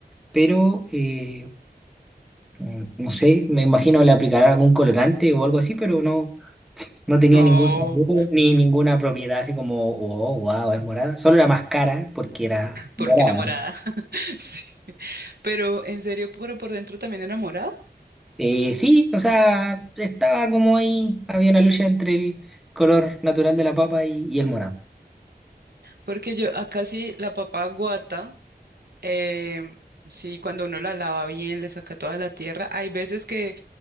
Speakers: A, in the centre; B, on the right.
A: pero eh, mm, no sé, me imagino le aplicarán algún colorante o algo así, pero no, no tenía
B: No,
A: ningún sabor ni ninguna propiedad así como, oh, wow, es morada. Solo era más cara porque era morada.
B: porque era morada. <laughs> Sí. Pero en serio, pero por dentro también era morada.
A: Eh, sí, o sea, estaba como ahí, había una lucha entre el color natural de la papa y, y el morado.
B: Porque yo acá sí la papa guata, em, sí, cuando uno la lava bien, le saca toda la tierra. Hay veces que